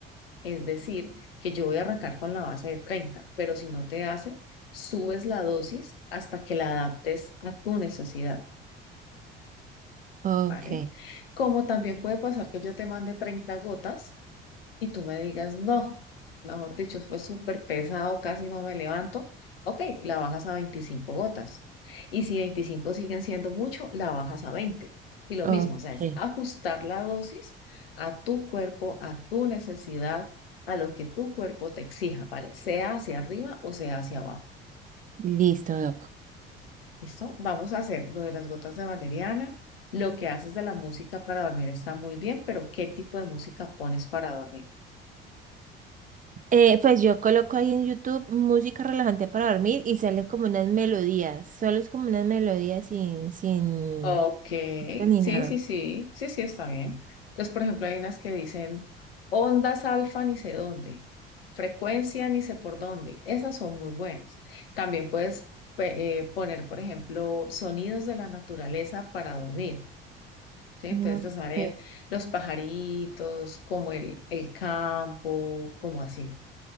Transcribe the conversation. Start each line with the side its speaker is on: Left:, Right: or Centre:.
Left: Es decir, que yo voy a arrancar con la base de 30, pero si no te hace, subes la dosis hasta que la adaptes a tu necesidad,
Right: ok,
Left: ¿vale? Como también puede pasar que yo te mande 30 gotas y tú me digas, no, mejor dicho, fue súper pesado, casi no me levanto, ok, la bajas a 25 gotas. Y si 25 siguen siendo mucho, la bajas a 20. Y lo
Right: ok.
Left: mismo, o sea, es ajustar la dosis a tu cuerpo, a tu necesidad, a lo que tu cuerpo te exija, ¿vale? Sea hacia arriba o sea hacia abajo.
Right: Listo, Doc.
Left: ¿Listo? Vamos a hacer lo de las gotas de valeriana. Lo que haces de la música para dormir está muy bien, pero ¿qué tipo de música pones para dormir?
Right: Eh, pues yo coloco ahí en YouTube música relajante para dormir y salen como unas melodías. Solo es como unas melodías sin, sin
Left: Ok,
Right: corte ni
Left: sí,
Right: nada.
Left: sí, sí, sí, sí, está bien. Entonces, por ejemplo, hay unas que dicen ondas alfa ni sé dónde, frecuencia ni sé por dónde. Esas son muy buenas. También puedes pe- eh, poner, por ejemplo, sonidos de la naturaleza para dormir, ¿sí? Entonces
Right: Ok,
Left: te salen los pajaritos, como el, el campo, como así.